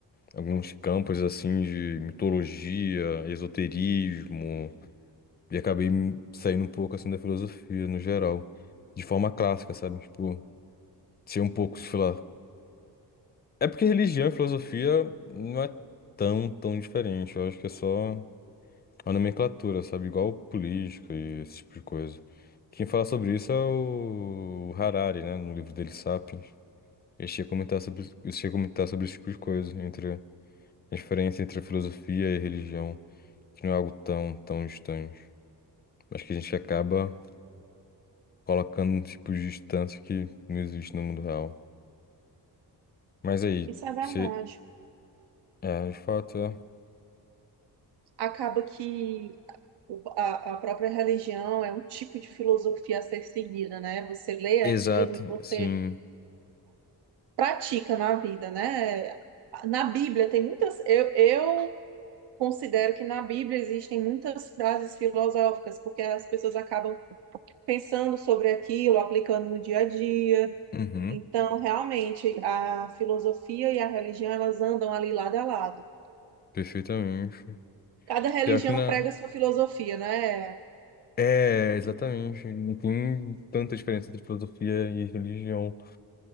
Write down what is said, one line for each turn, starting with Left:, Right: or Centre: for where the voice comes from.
Left: alguns campos, assim, de mitologia, esoterismo, e acabei me- saindo um pouco, assim, da filosofia, no geral. De forma clássica, sabe? Tipo, ser um pouco, sei lá. É porque religião e filosofia não é tão, tão diferente. Eu acho que é só. a nomenclatura, sabe? Igual política e esse tipo de coisa. Quem fala sobre isso é o o Harari, né? No livro dele, Sapiens. Ele chega a comentar sobre, ele chega a comentar sobre esse tipo de coisa, entre a diferença entre a filosofia e a religião, que não é algo tão, tão distante, mas que a gente acaba colocando um tipo de distância que não existe no mundo real. Mas aí,
Right: Isso é verdade.
Left: você... É, de fato, é.
Right: Acaba que a, a própria religião é um tipo de filosofia a ser seguida, né? Você lê
Left: Exato,
Right: aquilo e você
Left: sim.
Right: pratica na vida, né? Na Bíblia tem muitas. Eu, eu considero que na Bíblia existem muitas frases filosóficas, porque as pessoas acabam pensando sobre aquilo, aplicando no dia a dia.
Left: Uhum,
Right: Então, realmente, a filosofia e a religião, elas andam ali lado a lado.
Left: perfeitamente.
Right: Cada religião
Left: Pior que não.
Right: prega sua filosofia, né?
Left: É, exatamente. Não tem tanta diferença entre filosofia e religião.